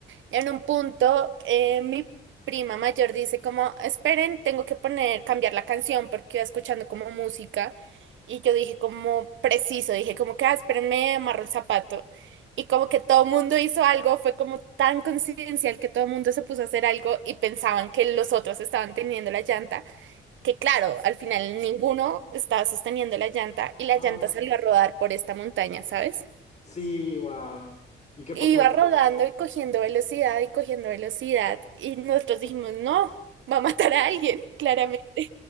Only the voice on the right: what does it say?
En un punto, eh, mi prima mayor dice como, esperen, tengo que poner, cambiar la canción porque iba escuchando como música. Y yo dije como preciso, dije como que, ah, espérenme, amarro el zapato. Y como que todo el mundo hizo algo, fue como tan coincidencial que todo el mundo se puso a hacer algo y pensaban que los otros estaban teniendo la llanta, que claro, al final ninguno estaba sosteniendo la llanta y la
llanta salió a rodar por esta montaña, ¿sabes?
Iba
rodando y cogiendo velocidad y cogiendo velocidad. Y nosotros dijimos, no, va a matar a alguien, claramente.